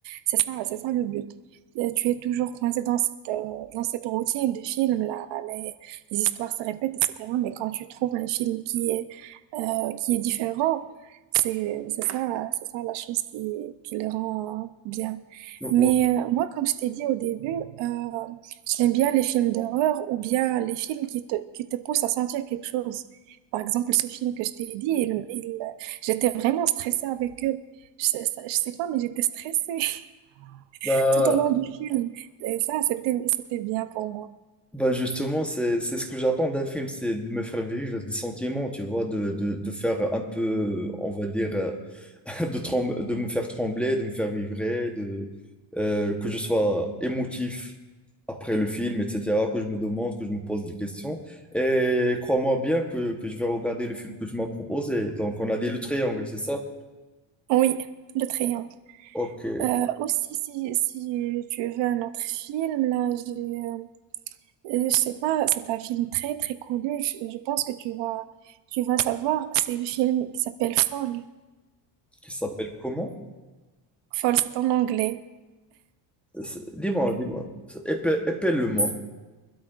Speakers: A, on the right; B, in the centre.
A: c'est ça, c'est ça le but. Euh, tu es toujours coincé dans cette, euh, dans cette routine de film, là, les, les histoires se répètent, etc. Mais quand tu trouves un film qui est euh, qui est différent. C'est c'est ça, c'est ça la chose qui, qui le rend euh, bien.
B: Ouais.
A: Mais euh, moi, comme je t'ai dit au début, euh, j'aime bien les films d'horreur ou bien les films qui te, qui te poussent à sentir quelque chose. Par exemple, ce film que je t'ai dit, il, il- j'étais vraiment stressée avec eux. Je, sais- je sais pas, mais j'étais stressée <laughs>
B: Bah,
A: tout au long du film. Et ça, c'était, c'était bien pour moi.
B: Bah justement, c'est, c'est ce que j'attends d'un film, c'est de me faire vivre des sentiments, tu vois, de, de, de faire un peu, on va dire, euh, <laughs> de, trem- de me faire trembler, de me faire vibrer, de, euh, que je sois émotif après le film, etc., que je me demande, que je me pose des questions. Et crois-moi bien que, que je vais regarder le film que tu m'as proposé. Donc, on a dit le triangle, c'est ça?
A: Oui, le triangle.
B: Ok,
A: Euh, aussi, si, si tu veux un autre film, là, j'ai... euh, Euh, Je sais pas, c'est un film très très connu. Je, je pense que tu vas tu vas savoir. C'est le film qui s'appelle Fall.
B: qui s'appelle comment?
A: Fall, c'est en anglais.
B: C'est- Dis-moi, dis-moi, épelle, épelle-le-moi.